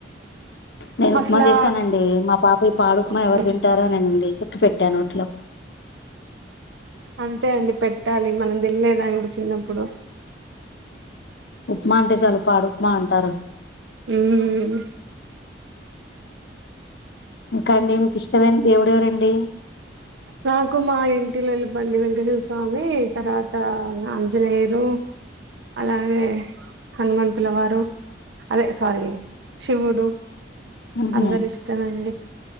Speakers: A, on the left; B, on the right.
A: నేను ఉప్మా
B: అసలా
A: చేశానండి మా పాప ఈ పాడు ఉప్మా
B: ఓకే
A: ఎవరు తింటారు అని అనింది ఉక్కి పెట్టాను నోట్లో
B: అంతే అండి పెట్టాలి మనం తినలేదా అండి చిన్నప్పుడు
A: ఉప్మా అంటే చాలు పాడు ఉప్మా అంటారు
B: మ్మ్
A: ఇంకా అండి మీకు ఇష్టమైన దేవుడు ఎవరండి
B: నాకు మా ఇంటిలో వెళ్ళిపండి వెంకటేశ్వర స్వామి తర్వాత ఆంజనేయురు అలాగే హనుమంతుల వారు అదే స్వారీ శివుడు
A: ఉహు
B: అందరు ఇష్టం అండి